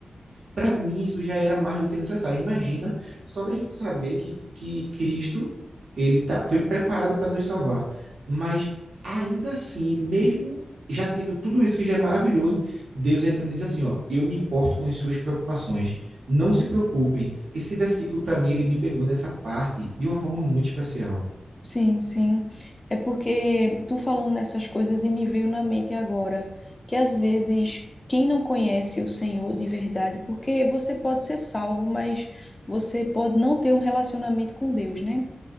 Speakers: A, on the left; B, on the right.
A: sim,
B: Para mim, isso já era mais do que necessário. Imagina só da gente saber que, que Cristo ele tá, foi preparado para nos salvar. Mas ainda assim, mesmo já tendo tudo isso que já é maravilhoso, Deus ainda diz assim, ó, eu me importo com as suas preocupações. Não se preocupem. Esse versículo para mim ele me pegou nessa parte de uma forma muito especial.
A: sim, sim. É porque tu falando nessas coisas e me veio na mente agora que às vezes quem não conhece o Senhor de verdade, porque você pode ser salvo, mas você pode não ter um relacionamento com Deus, né?